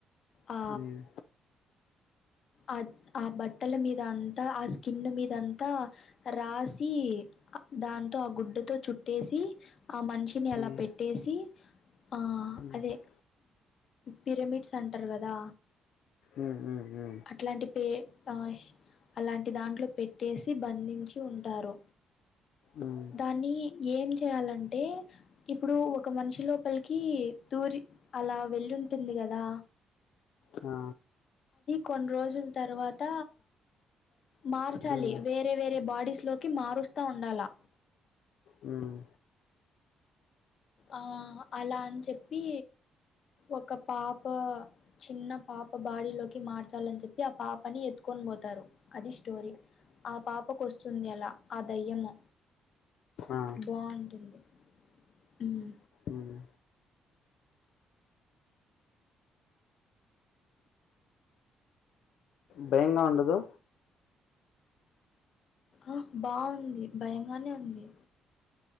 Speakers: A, on the left (about 55°); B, on the left (about 75°).
A: ఆ
B: మ్మ్
A: అద్ ఆ బట్టల మీద అంతా ఆ స్కిన్ మీదంతా రాసి దాంతో ఆ గుడ్డతో చుట్టేసి ఆ మనిషిని
B: మ్మ్
A: అలా పెట్టేసి ఆ
B: మ్మ్
A: అదే పిరమిడ్స్ అంటారు కదా
B: ఊ హు హు
A: అట్లాంటి పే ఆష్ అలాంటి దాంట్లో పెట్టేసి బంధించి ఉంటారు
B: మ్మ్ మ్మ్
A: దాన్ని ఏం చేయాలంటే ఇప్పుడు ఒక మనిషి లోపలికి దూరి అలా వెళ్ళుంటుంది కదా
B: ఆ
A: కొన్ రోజుల తర్వాత మార్చాలి
B: మ్మ్
A: వేరే వేరే బాడీస్లోకి మారుస్తా ఉండాలా
B: ఉమ్
A: ఆ అలా అని చెప్పి ఒక పాప చిన్న పాప బాడీలోకి మార్చాలని చెప్పి ఆ పాపని ఎత్తుకొని పోతారు అది స్టోరీ ఆ పాపకు వస్తుంది అలా ఆ దయ్యము
B: ఆ
A: బావుంటుంది ఉమ్
B: మ్మ్ భయంగా ఉండదు
A: అ బాంది భయంగానే ఉంది